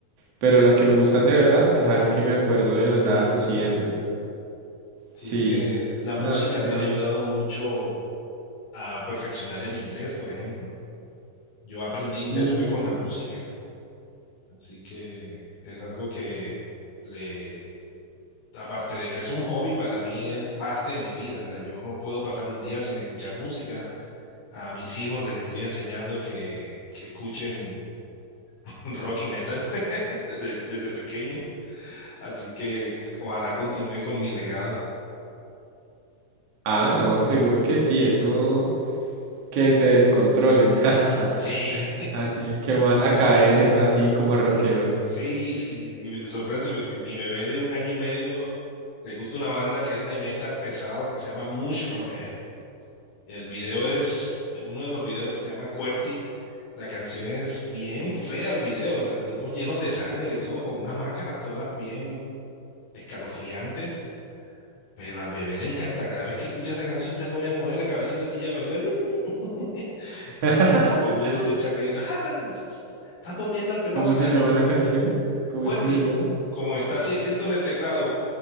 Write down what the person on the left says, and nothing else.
Sí,
es que la música
me
ha ayudado mucho a perfeccionar el inglés, por ejemplo. Yo aprendí inglés
fue con la música, así que es algo que le, aparte de que es un hobby, para mí es parte de mi vida. O sea, yo no puedo pasar un día sin escuchar música, A mis hijos les estoy enseñando que, que escuchen <laughs> rock y metal <laughs> desde, desde pequeños, así que ojalá continúen con mi legado.
Sí,
<laughs> sí, sí, sí, me sorprende porque mi bebé de un año y medio le gusta una banda que es de metal pesado que se llama Mushroomhead. El video es uno de los videos que se llama QWERTY. La canción es bien fea el video, o sea, tipos llenos de sangre y todo, con unas máscaras todas bien escalofriantes. Pero al bebé le encanta, cada vez que escucha esa canción se pone a mover la cabecita así y a bailar. <laughs> Y
todo, el- todo el mundo se echa a reír. Ah, pero me asus- estás volviendo al pelado
satánico.
QWERTY,
como está así escrito en el teclado,